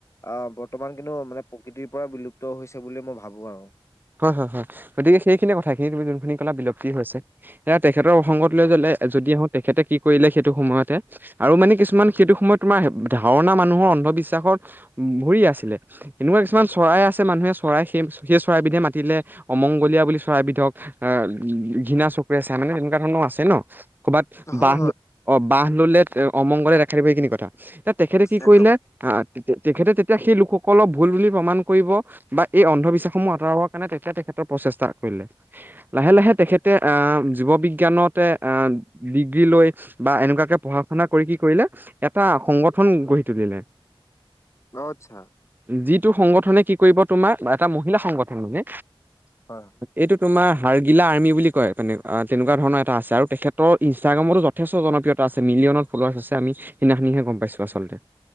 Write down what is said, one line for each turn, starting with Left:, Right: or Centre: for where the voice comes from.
Left: আ বৰ্তমান কিন্তু মানে প্ৰকৃতিৰ পৰা বিলুপ্ত হৈছে বুলি মই ভাবো আৰু।
Right: হয় হয়- হয় গতিকে সেইখিনি কথাখিনি যোনখিনি কলা বিলুপ্তি হৈছে এ তেখেতৰ অসংগত লৈ জলে যদি আহো তেখেতে কি কৰিলে সেইটো সময়তে আৰু মানে কিছুমান সেইটো সময়ত তোমাৰ ধাৰণা মানুহৰ অন্ধবিশ্বাসত ভৰি আছিলে এনেকুৱা কিছুমান চৰাই আছে মানুহে চৰাই সেই-সেই চৰাইবিধে মা পাতিলে অমংগলীয়া বুলি চৰাইবিধক আ ঘৃণা চকুৰে চাই, মানে তেনেকুৱা ধৰণৰ আছে ন। ক'ৰবাত
Left: হয়
Right: বাহ
Left: হয়
Right: অ' বহ ললে অমংগলে দেখা দিব সেইখিনি কথা। তেখেতে কি
Left: একদম।
Right: কৰিলে তেখেতে এতিয়া সেই লোকসকলক ভুল বুলি প্ৰমাণ কৰিব বা এই অন্ধবিশ্বাসসমূহ আঁতৰাব মানে তেতিয়া তেখেতৰ প্ৰচেষ্টা কৰিলে লাহে লাহে তেখেতে অ জীৱ বিজ্ঞানতে অ ডিগ্ৰী লৈ বা এনেকুৱাকে পঢ়া শুনা কৰি কি কৰিলে এটা সংগঠন গঢ়ি তুলিলে। <inaudible>
Left: অ' আতছা।
Right: যিটো সংগঠনে কি কৰিব তোমাৰ এটা মহিলা সংগঠন মানে।
Left: হয়
Right: এইটো তোমাৰ হাৰ্গিলা আৰ্মি বুলি কয় তেনে তেনেকুৱা ধৰণৰ এটা আছে আৰু তেখেতৰ ইনষ্টাগ্ৰামতো যথেষ্ট জনপ্ৰিয়। আছে মিলিয়নত ফলৱাৰছ আছে আমি সেইদিনাখনিহে গম পাইছো আচলতে